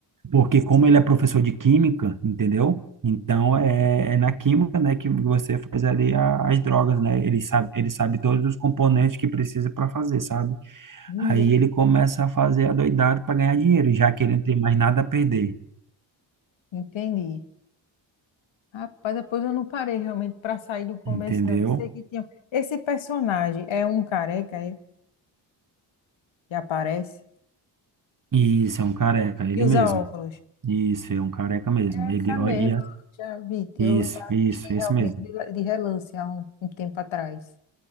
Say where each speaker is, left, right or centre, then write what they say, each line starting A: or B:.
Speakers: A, on the right (about 40°); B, on the left (about 65°).
A: Porque como ele é professor de química, entendeu? Então é, é na química, né, que você faz ali a- as drogas, né? Ele sabe, ele sabe todos os componentes que precisa para fazer, sabe?
B: Miser-
A: Aí ele começa a fazer a doidada para ganhar dinheiro, já que ele não tem mais nada a perder,
B: Entendi. Rapaz, depois eu não parei realmente para sair do começo,
A: entendeu?
B: não. Sei que tinha. Esse personagem é um careca, é? Que aparece
A: Isso, é um careca, ele
B: e usa
A: mesmo.
B: óculos.
A: Isso, é um careca mesmo.
B: É
A: Ele,
B: Essa
A: ó,
B: mesmo,
A: e a-
B: eu já vi. Eu
A: isso,
B: já
A: isso,
B: assisti
A: esse
B: realmente
A: mesmo.
B: de de relance há um um tempo atrás.